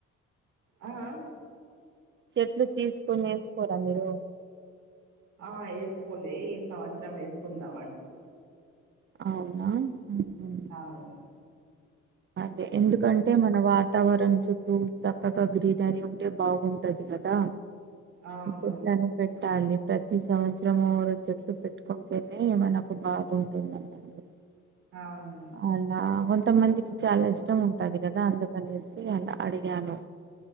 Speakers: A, on the right (about 70°); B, on the right (about 40°).
A: ఆ ఆ
B: చెట్లు తీస్కొనేస్కోరా మీరు
A: ఆ ఏస్కోలే ఈ సంవత్సరం ఏస్కుందాం అనుకు
B: అవునా ఉహు
A: అవును
B: అదే ఎందుకంటే
A: మ్మ్.
B: మన వాతావరణం చుట్టూ చక్కగా గ్రీనరీ ఉంటే బాగుంటది కదా
A: అవును
B: చెప్ప పెట్టాలి ప్రతి సంవత్సరము ఒ చెట్లు పెట్టుకుంటేనే మనకు బాగుంటుంది అన్నట్టు
A: అవును
B: అలా కొంతమందికి చాలా ఇష్టం ఉంటది గదా అందుకనేసి అల అడిగాను